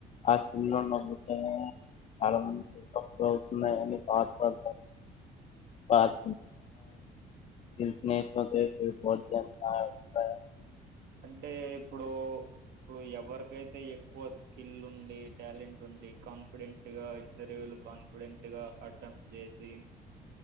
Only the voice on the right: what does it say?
అంటే ఇప్పుడు ఇప్పుడు ఎవరికైతే ఎక్కువ స్కిల్ ఉండి, టాలెంట్ ఉండి కాన్ఫిడెంట్గా ఇంటర్వ్యూలు కాన్ఫిడెంట్గా అటెంప్ట్ చేసి